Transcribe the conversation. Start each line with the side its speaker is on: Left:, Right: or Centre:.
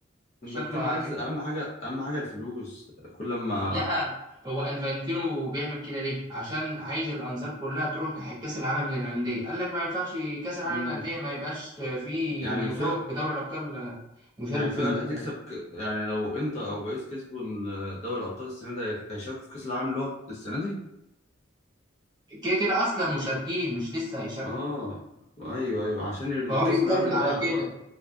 Left: انفانتينو
Right: شكله ع-
Left: عايز اهم حاجة اهم حاجة الفلوس كل ما
Right: لا هو أنفانتينو بيعمل كده ليه؟ عشان عايز الأنظار كلها تروح ناحية كأس العالم للأندية قال لك ما ينفعش كأس العالم
Left: مم.
Right: للأندية ما يبقاش فيه
Left: يعني
Right: المتوج
Left: الفرق
Right: بدوري الأبطال مشارك
Left: يعني الفرقة
Right: فيه
Left: اللي
Right: كده
Left: هتكسب ك... يعني لو انتر او باريس كسبوا ال- دوري الابطال السنة دي هي- هيشاركوا في كأس العالم اللي هو السنة دي
Right: كده كده أصلا مشاركين مش لسه هيشاركوا
Left: اه ايوه ايوه عشان الكأس
Right: فهو بيتكلم
Left: العالم اللي
Right: على
Left: بعده
Right: كده
Left: بقى